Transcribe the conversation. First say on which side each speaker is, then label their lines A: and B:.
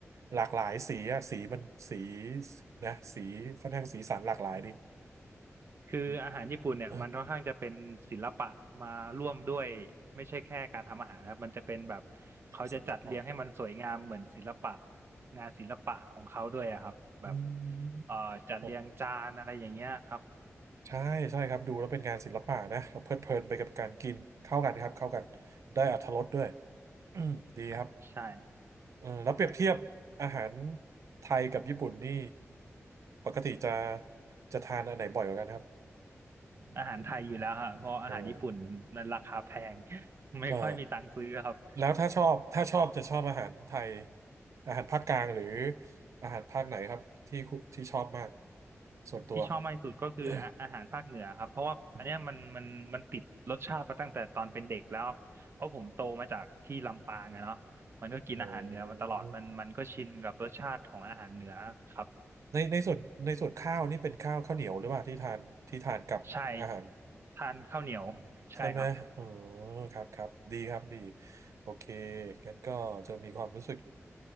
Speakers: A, on the right; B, on the right.
A: หลากหลายสีอะสีมันสีนะสีค่อนข้างสีสันหลากหลายดี
B: คืออาหารญี่ปุ่นเนี่ยมันค่อนข้างจะเป็นศิลปะมาร่วมด้วย
A: อืม <clears throat> เออ
B: ไม่ใช่แค่การทำอาหารนะครับมันจะเป็นแบบเขาจะจัดเรียงให้มันสวยงามเหมือนศิลปะ
A: ศิลปะ
B: งานศิลปะของเขาด้วยอะครับแบบ
A: อืม
B: เอ่อจัดเรียงจานอะไรอย่างเงี้ยครับ
A: ครับใช่ใช่ครับดูแล้วเป็นงานศิลปะนะเราเพลิดเพลินไปกับการกินเข้ากันครับเข้ากันได้อรรถรสด้วย <clears throat> อืมดีครับ
B: ใช่
A: เออแล้วเปรียบเทียบอาหารไทยกับญี่ปุ่นนี่ปกติจะจะทานอันไหนบ่อยกว่ากันครับ
B: อาหารไทยอยู่แล้วฮะเพราะอาหารญี่ปุ่นมันราคาแพง
A: อม
B: <laughs> ไม่ค่อยมีตังค์ซื้อครับ
A: เอ่อแล้วถ้าชอบถ้าชอบจะชอบอาหารไทยอาหารภาคกลางหรืออาหารภาคไหนครับที่คุที่ชอบมากส่วนตัว
B: ที่ชอบมากที่สุดก็คืออาอาหารภาคเหนือครับเพราะว่าอันเนี้ยมันมันมันติดรสชาติมาตั้งแต่ตอนเป็นเด็กแล้วเพราะผมโตมาจากที่ลำปางอะเนาะมันก็กินอาหารเหนือมาตลอดมันมันก็ชินกับรสชาติของอาหารเหนือครับ
A: <coughs> อืมโอ้ในในส่วนในส่วนข้าวนี่เป็นข้าวข้าวเหนียวหรือเปล่าที่ทานที่ทานกับอาหาร
B: ใช่ทานข้าวเหนียวใช่ครับ
A: ใช่ไหมอ๋อครับครับดีครับดีโอเคงั้นก็จะมีความรู้สึก